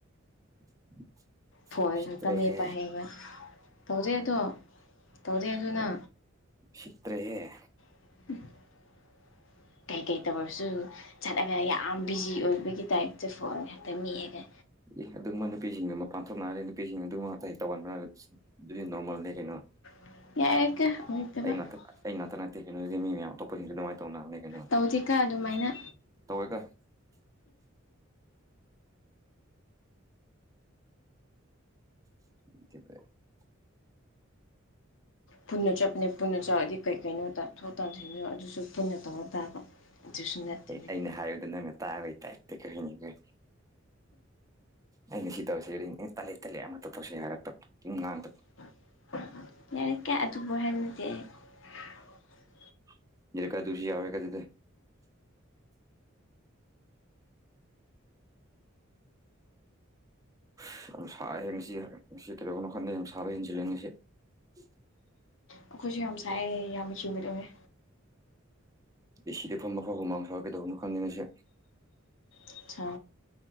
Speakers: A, on the right; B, on the left.
A: <inaudible>
B: ꯐꯣꯟ
A: ꯎꯁꯤꯠꯇ꯭ꯔꯦꯍꯦ
B: ꯈꯛꯇ ꯃꯦꯠꯄ ꯍꯩꯕ ꯇꯧꯗꯦ ꯑꯗꯣ ꯇꯧꯗꯦ ꯑꯗꯨꯅ
A: ꯁꯤꯠꯇ꯭ꯔꯦꯍꯦ
B: <inaudible> ꯀꯩꯀꯩ ꯇꯧꯔꯁꯨ ꯆꯠꯂꯒ ꯌꯥꯝ ꯕꯤꯖꯤ ꯑꯣꯏꯕꯒꯤ ꯇꯥꯏꯞꯇ ꯐꯣꯟ ꯉꯛꯇ ꯃꯦꯠ ꯑꯒ
A: ꯑꯦ ꯑꯗꯨꯃ ꯅꯨꯄꯤꯁꯤꯡꯗꯨ ꯃꯄꯥꯟ ꯊꯣꯛꯅꯅꯥꯔꯦ ꯅꯨꯄꯤꯁꯤꯡ ꯑꯗꯨ ꯃꯛꯇ ꯍꯦꯛ ꯇꯧꯒꯟꯕꯔ ꯗꯨꯗ ꯅꯣꯔꯃꯜꯅꯤ ꯀꯩꯅꯣ
B: <inaudible>
A: ꯑꯩ ꯉꯥꯛꯇ <inaudible>
B: ꯇꯧꯗꯦꯀꯣ
A: <inaudible>
B: ꯑꯗꯨꯃꯥꯏꯅ
A: <inaudible>
B: ꯄꯨꯟꯅ ꯆꯠꯄꯅꯦ ꯄꯨꯟꯅ ꯆꯠꯂꯗꯤ ꯀꯩ ꯀꯩꯅꯣ ꯇꯥꯊꯣꯛ ꯇꯥꯟꯁꯤꯟꯗꯣ ꯑꯗꯨꯁꯨ ꯄꯨꯟꯅ ꯇꯧꯔ ꯇꯥꯕ ꯑꯗꯨꯁꯨ ꯅꯠꯇꯕꯤꯗ
A: ꯑꯩꯅ ꯍꯥꯏꯕꯗ ꯅꯪꯅ ꯇꯥꯕꯩ ꯇꯥꯏꯞꯇ ꯀꯩꯅꯤꯕ ꯑꯩꯅ ꯁꯤ ꯇꯧꯁꯦꯗꯤ ꯑꯝ ꯇꯜꯂꯦ ꯇꯜꯂꯦ ꯑꯃꯇꯣ ꯇꯧꯁꯦ ꯍꯥꯢꯔꯛꯄ ꯑꯝ ꯉꯥꯡ
B: <unintelligible>
A: <unintelligible> <unintelligible>
B: ꯑꯩꯈꯣꯏꯁꯨ ꯌꯥꯝ ꯁꯥꯏ ꯌꯥꯝꯁꯤꯕꯗꯨꯅꯦ
A: ꯑꯦꯁꯤꯗ ꯐꯝ ꯃ ꯐꯥꯎ ꯍꯨꯃꯥꯡ ꯁꯧꯌꯦ ꯀꯩꯗꯧꯕꯅꯣ ꯈꯪꯗꯦ ꯉꯁꯤ
B: ꯑꯠꯆꯥ